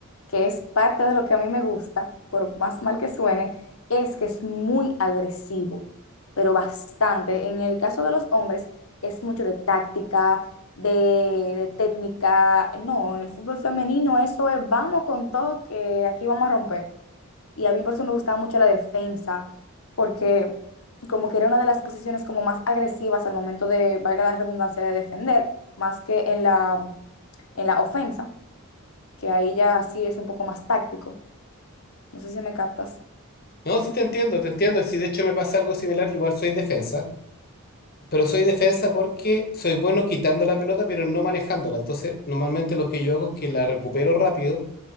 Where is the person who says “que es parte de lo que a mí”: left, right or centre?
Left